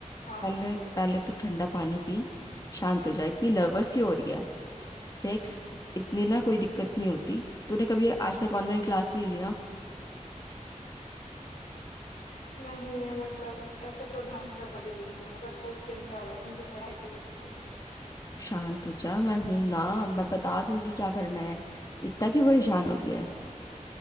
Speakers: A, on the left; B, on the left.
A: हाँ
B: पहले
A: बोल
B: पहले तू ठंडा पानी पी शांत हो जा इतनी नर्वस क्यों हो रही है देख इतनी ना कोई दिक्कत नहीं होती तूने कभी आज तक ऑनलाइन क्लास नहीं ली ना
A: नहीं मतलब ऐसे तो ढंग का कभी ली नहीं हूँ बस बहुत चिंता हो रही है मुझे पढ़ाई की वजह से
B: शांत हो जा मैं हूं ना मैं बता दूंगी क्या करना है इतना क्यों परेशान हो रही है